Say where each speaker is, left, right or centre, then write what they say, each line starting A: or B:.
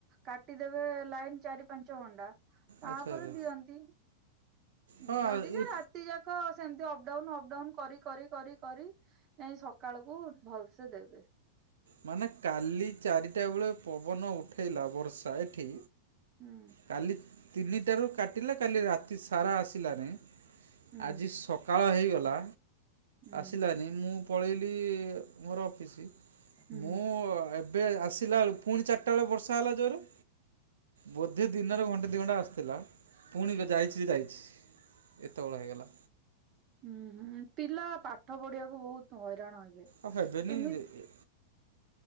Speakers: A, on the right; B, on the right.
A: କାଟିଦେବେ ଲାଇନ ଚାରି ପାଞ୍ଚ ଘଣ୍ଡା ତାପରେ
B: ଆଚ୍ଛା ଆଚ୍ଛା
A: ଦିଅନ୍ତି।
B: ହଁ
A: ଦିଅନ୍ତି
B: ଇଏ
A: ଯେ ରାତି ଯାକ ସେମତି ଅପଡାଉନ ଅପଡାଉନ କରି କରି କରି କରି ନାଇଁ ସକାଳ କୁ ଭଲସେ ଦେବେ।
B: ମାନେ କାଲି ଚାରିଟା ବେଳେ ପବନ ଉଠେଇଲା ବର୍ଷା ଏଠି
A: ହୁଁ
B: କାଲି ତିନିଟାରୁ କାଟିଲା କାଲି ରାତି ସାରା ଆସିଲାନେଇଁ
A: ହୁଁ
B: ଆଜି ସକାଳ ହେଇଗଲା
A: ହୁଁ
B: ଆସିଲାନି ମୁଁ ପଳେଇଲି ମୋର ଅପିସି
A: ହୁଁ
B: ମୁଁ ଏବେ ଆସିଲା ବେଳୁ ପୁଣି ଚାରିଟା ବେଳେ ବର୍ଷା ହେଲା ଜୋରେ। ବୋଧେ ଦିନରେ ଘଣ୍ଟେ ଦିଘଣ୍ଟା ଆସିଥିଲା ପୁଣି <unintelligible> ଯାଇଚି ଯେ ଯାଇଚି। ଏତେ ବଳ ହେଇଗଲା।
A: ହୁଁ ହୁଁ ପିଲା ପାଠ ପଢିବାକୁ ବହୁତ ହଇରାଣ ହେବେ।
B: ଆଉ ହେବେନି
A: ଏମିତି
B: <unintelligible>